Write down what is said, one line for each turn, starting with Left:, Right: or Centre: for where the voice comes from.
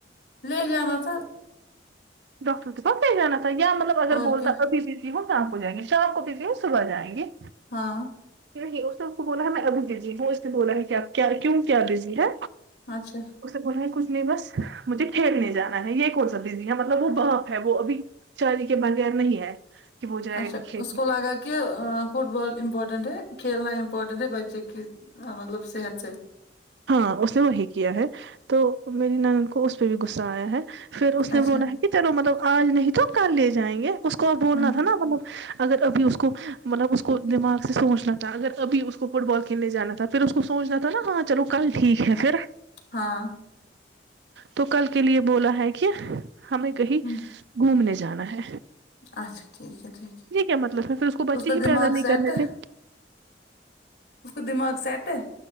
Left: لے جانا تھا
Right: ڈاکٹر کے پاس لے جانا تھا یا مطلب اگر
Left: اور
Right: بولتا
Left: کیا
Right: ابھی بھی وہ شام کو جائیں گے شام کو کہتی صبح جائیں گے
Left: ہاں
Right: نہیں اس نے کو بولا میں ابھی بزی ہوں اس نے بولا ہے کہ کیوں کیا بزی ہے
Left: اچھا
Right: اس سے بولا ہے کچھ نہیں بس مجھے کھیلنےجانا ہے یہ کون سا بزی ہے مطلب وہ باپ ہے وہ ابھی چاری کے بغیر نہیں ہے کہ وہ جائے
Left: اچھا
Right: گا کھیلنے
Left: اس کو لگا کہ ا فٹ بال امپورٹنٹ ہے کھیلنا امپورٹنٹ ہے بچے کی مطلب صحت سے
Right: ہاں اس نے وہی کیا ہے تو میری نند کو اس پہ بھی غصہ آیا ہے پھر اس نے
Left: اچھا
Right: بولا ہے کہ چلو مطلب آج نہیں تو کل لے جائیں گے اس کو ا بولنا
Left: ہوں
Right: تھا نا مطلب اگر ابھی اس کو مطلب اس کو دماغ سے سوچنا تھا اگر ابھی اس کو فٹ بال کھیلنے جانا تھا تو پھر اس کو سوچنا تھا نا ہاں چلو کل ٹھیک ہے پھر
Left: ہاں
Right: تو کل کے لیے بولا ہے کہ ہمیں کہیں
Left: ہوں
Right: گھومنے جانا ہے
Left: اچھا ٹھیک ہے ٹھیک ہے
Right: یہ کیا مطلب ہے پھر اس کو بچے
Left: کا
Right: ہی
Left: دماغ
Right: پیدا نہیں
Left: سیٹ
Right: کرنے
Left: ہے
Right: تھے
Left: اس کو دماغ سیٹ ہے